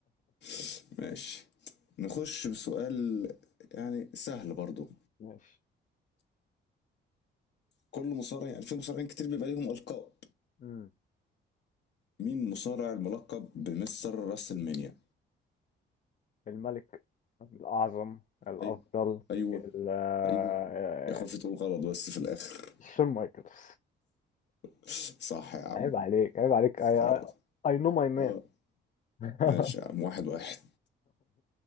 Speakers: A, on the left; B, on the left.
A: <laughs> ماشي نخش بسؤال يعني سهل برضو
B: ماشي
A: كل مصارع يعني في مصارعين كتير بيبقى ليهم القاب
B: مم.
A: مين مصارع الملقب بمستر راسلمانيا
B: الملك الأعظم الأفضل
A: ايوه ايوه
B: ال- آه،
A: ايوه
B: آه،
A: يا خوفي تقول غلط بس في الاخر
B: شون مايكلز
A: <laughs> صح يا عم
B: عيب عليك عيب عليك اي
A: خلاص
B: اي نو ماي مان
A: اه
B: <laughs>
A: ماشي يا عم واحد واحد